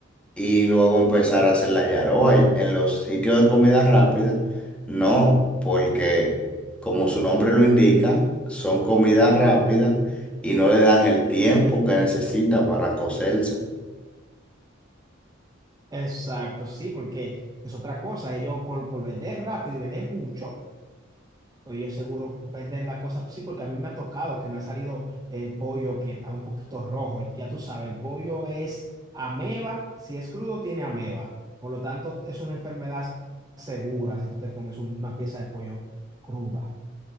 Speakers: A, in the centre; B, on the right.
A: y luego empezar a hacer la yaroa y en los sitios de comida rápida. No, porque como su nombre lo indica, son comidas rápidas y no le dan el tiempo que necesita para cocerse.
B: Exacto, sí, porque es otra cosa. Ellos por, por vender rápido y vender mucho, pues ellos seguro venden la cosa, sí, porque a mí me ha tocado que me ha salido el pollo que está un poquito rojo. Y ya tú sabes, el pollo es ameba, si es crudo tiene ameba. Por lo tanto, es una enfermedad segura si tú te comes una pieza de pollo cruda.